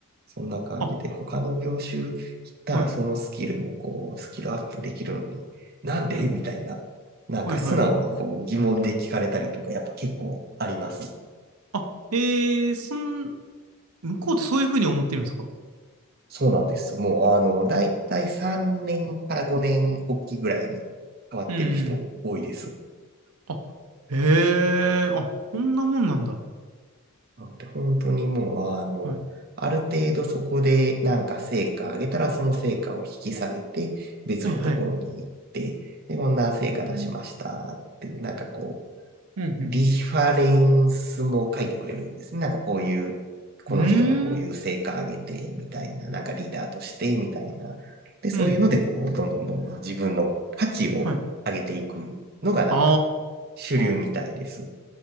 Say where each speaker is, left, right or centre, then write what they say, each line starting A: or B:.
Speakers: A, on the right (about 45°); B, on the right (about 85°).
A: そんな感じで、
B: あ、
A: 他の業種行ったらそのスキルもこう、
B: はい。
A: スキルアップできるのに、なんでみたいな。
B: うん。
A: なんか素直にこう疑問で聞かれたりとか、
B: はい、はい。
A: やっぱ結構あります。
B: あ、えー、そん、向こうってそういうふうに思ってるんですか
A: そうなんです。もうあの、だいたい3年から5年おきぐらいに変わってる人多いです。
B: うん、うん。あ、へえ、あ、そんなもんなんだ。
A: なので、本当にもう、あの、
B: はい。
A: ある程度そこでなんか成果上げたら、その成果を引き下げて、別のところに行って、
B: はい、はい。
A: で、こんな成果出しましたっていう、
B: うん、
A: なんかこ
B: うん、うん。
A: う、リファレンスも書いてくれるんですね。なんかこういう、この人はこういう成果上げて、
B: うーん、
A: みたいな、なんかリーダーとして、みたいな。で、そういうので、
B: うん、うん。
A: こう、どんどんどんどん自分の価値を上げていくのが、
B: はい。
A: なんか、
B: あ
A: 主流みたいです。
B: あ。